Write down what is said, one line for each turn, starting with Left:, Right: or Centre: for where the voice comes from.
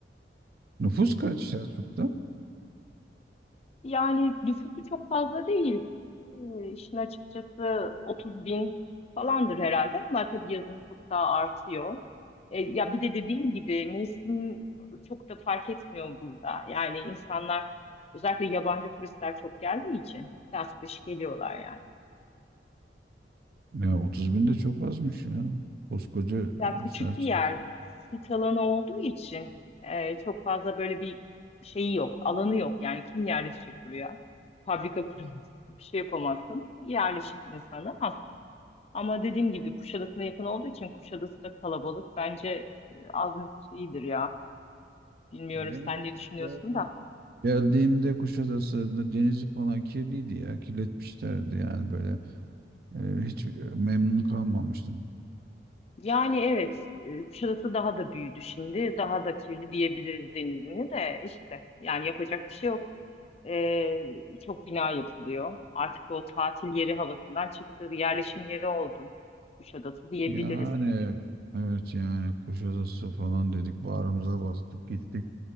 Right: Nüfus kaç Selçuk'ta?
Left: Yani nüfusu çok fazla değil. Ee, işin açıkçası 30 bin falandır herhalde ama tabii yazın çok daha artıyor. Ee, ya bir de dediğim gibi mevsim çok da fark etmiyor burada. Yani insanlar özellikle yabancı turistler çok geldiği için yaz kış geliyorlar yani.
Right: Ya 30 bin de çok azmış ya. Koskoca
Left: Ya küçük
Right: e, Selçuk.
Left: bir yer, sit alanı olduğu için e, çok fazla böyle bir şeyi yok, alanı yok. Yani kim yerleşecek buraya? Fabrika <laughs> kuramazsın, bir şey yapamazsın. Yerleşik insanı Ama dediğim gibi Kuşadası'na yakın olduğu için Kuşadası da kalabalık. Bence e, az nüfus iyidir ya. Bilmiyorum
Right: Ya benim
Left: sen
Right: ya-
Left: ne düşünüyorsun
Right: geldiğim
Left: da.
Right: geldiğimde Kuşadası'nda denizi falan kirliydi ya. Kirletmişlerdi yani böyle Ee, hiç e, memnun kalmamıştım.
Left: Yani evet e, Kuşadası daha da büyüdü şimdi. Daha da kirli diyebiliriz denizini de işte. Yani yapacak bir şey yok. E, çok bina yapılıyor. Artık o tatil yeri havasından çıktı. Yerleşim yeri oldu Kuşadası diyebiliriz.
Right: Yani evet yani Kuşadası falan dedik bağrımıza bastık gittik.